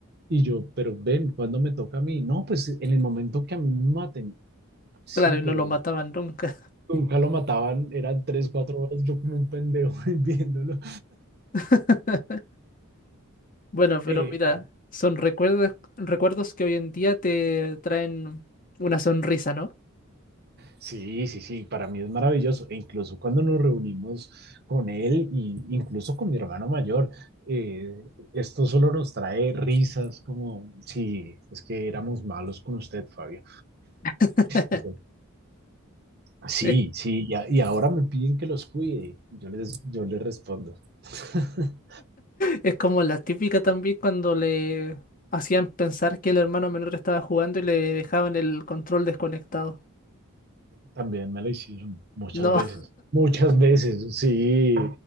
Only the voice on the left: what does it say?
claro,
y no lo mataban nunca.
<laughs> Bueno, pero
mira,
son recuerdos, recuerdos que hoy en día te traen una sonrisa, ¿no?
<laughs>
Es,
es como la típica también cuando le hacían pensar que el hermano menor estaba jugando y le dejaban el control desconectado.
No,